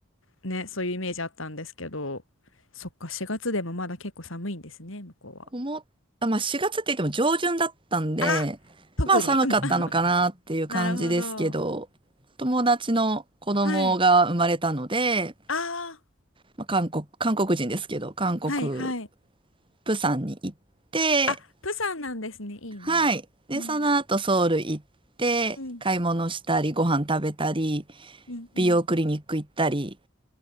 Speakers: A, on the left; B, on the right.
A: ね、そういうイメージあったんですけど、そっか、4月でもまだ結構寒いんですね、向こうは。
B: 思っ、あ、まあ4月って言っても上旬だったんで、
A: あ、特に。
B: まあ寒かったのかなっていう感じですけど、
A: うん、<laughs> あ、なるほど。
B: 友達の子供が生まれたので、
A: はい、ああ
B: まあ、韓国、韓国人ですけど、韓国、
A: はい、はい。
B: 釜山に行って、
A: あ、プサンなんですね。いいな。
B: はい。で、
A: うん、
B: その後ソウル行って、
A: うん、
B: 買い物したり、ご飯食べたり、
A: うん、
B: 美容クリニック行ったり、
A: うん。